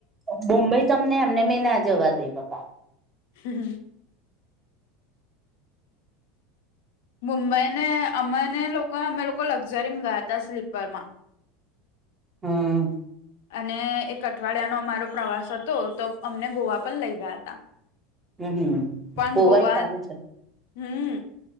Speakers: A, on the right; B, on the left.
A: બુંમબઈ તમને એમને મેં ના જવા દે બકા
B: હમ મુંબઈ ને અમેને લોકો અમને અમે લોકો લક્ઝરી ગયા હતા સ્લીપર માં
A: હમ
B: અને એક અઠવાડિયાનો અમારો પ્રવાસ હતો તો અમને ગોવા પણ લઈ ગયા હતા
A: હમ હમ.
B: પણ
A: ગોવાય
B: ગોવા
A: સારું
B: ત
A: છે
B: હમ